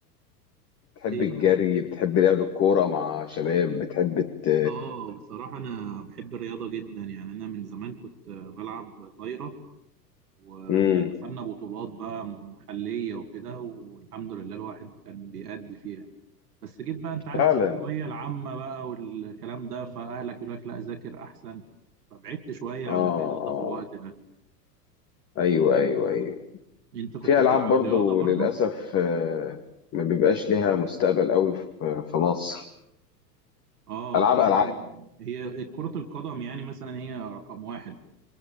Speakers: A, on the left; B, on the right.
A: بتحب
B: ايه
A: الجري
B: بقى
A: بتحب لعب الكوره مع شباب بتحب ت...
B: اه بصراحة انا بحب الرياضة جدا يعني انا من زمان كنت بلعب طايرة ويعني
A: مم.
B: خدنا بطولات بقى محلية وكده والحمد لله الواحد كان بيأدي فيها بس جيت بقى انت عارف
A: فعلا
B: الثانوية العامة بقى والكلام ده فأهلك يقول لك لا ذاكر احسن فبعدت شوية
A: اه
B: عن الرياضة
A: اه
B: في الوقت ده
A: ايوه ايوه ايوه
B: انت كنت
A: في
B: بتلعب
A: ألعاب برضو
B: رياضة برضه
A: للأسف آه، ما بيبقاش ليها مستقبل قوي في في مصر
B: اه
A: ألعاب
B: في
A: ألعاب
B: هي كرة القدم يعني مثلا هي رقم واحد